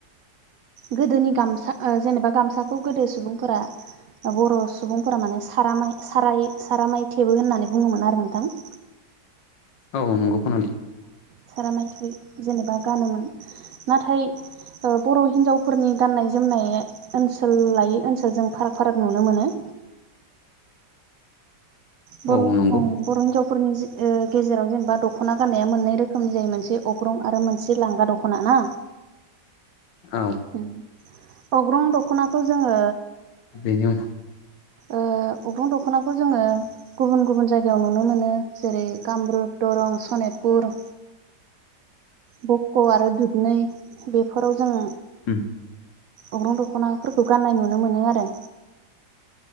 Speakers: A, on the right; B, on the left.
A: गोदोनि गामसा ओ जेनेबा गामसाखौ गोदो सुबुंफोरा बर' सुबुंफोरा माने समाय सारामाय साराइ सारामाइ थेबो होननानै बुंङोमोन आरो नोंथां <inaudible>
B: औ नोंगौ खोनादो
A: सारामाय थुयो जेनेबा गानोमोन नाथाय बर' हिन्जावफोरनि गाननाय जोमनाय ओनसोल लायै ओनसोलजों फाराग फाराग नुनो मोनो बर'
B: औ नंगौ
A: ओं बर' हिनजाव फोरनि जे ओ गेजेराव जेनेबा दख'ना गाननाया मोननै रोखोमनि जायो मोनसे अग्रं आरो मोनसे लांगा दख'ना ना
B: औ
A: उम अग्रं दख'नाखौ जोंङो
B: बेनि उनाव
A: ओ अग्रं दख'नाखौ जोंङो गुबुन गुबुन जायगायाव नुनो मोनो जेरै कामरुप दरं सनितपुर बक आरो दुदनै बेफोराव जोंङो
B: औ
A: अग्रं दख'नाफोरखौ गान्नाय नुनो मोनो आरो